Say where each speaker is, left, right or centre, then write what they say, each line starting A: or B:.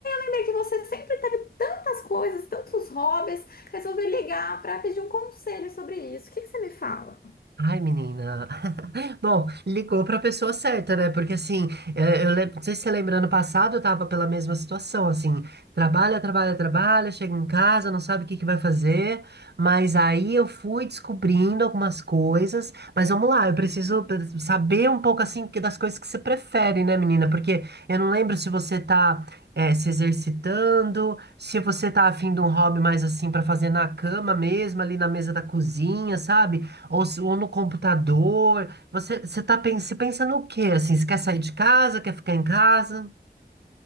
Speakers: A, on the left; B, on the right.
A: lembra que você sempre teve tantas coisas, tantos hobbies, resolvi ligar para pedir um conselho sobre isso. O que que você me fala?
B: Ai, menina. <laughs> Bom, ligou para a pessoa certa, né? Porque assim, é, eu lembro, não sei se você lembra, ano passado eu tava pela mesma situação, assim, trabalha, trabalha, trabalha, chega em casa, não sabe o que que vai fazer, mas aí eu fui descobrindo algumas coisas, mas vamos lá, eu preciso eh, saber um pouco assim que- das coisas que você prefere, né, menina? Porque eu não lembro se você tá é, se exercitando, se você tá afim de um hobby mais assim para fazer na cama mesmo, ali na mesa da cozinha, sabe? Ou, se- ou no computador. Você, você tá, pen- você pensa no quê? Assim, você quer sair de casa? Quer ficar em casa?